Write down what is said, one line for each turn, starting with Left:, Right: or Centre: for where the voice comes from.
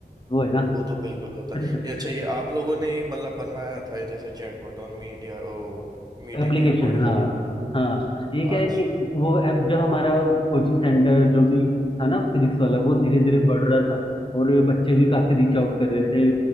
Left: वो है
Right: वो तो बिल्कुल
Left: ना
Right: होता है ये अच्छा ये आप लोगों ने ही मतलब बनवाया था ये जैसे चैटबॉट और मीडिया ओ, मीटिंग
Left: एप्लीकेशन
Right: रिकॉर्डिंग
Left: हाँ
Right: वाला टूल
Left: हाँ ये
Right: हाँ
Left: क्या
Right: आज
Left: है कि वो ऐप जब हमारा कोचिंग सेंटर जो भी था ना फिजिक्स वाला वो धीरे धीरे बढ़ रहा था और बच्चे भी काफी रीच आउट कर रहे थे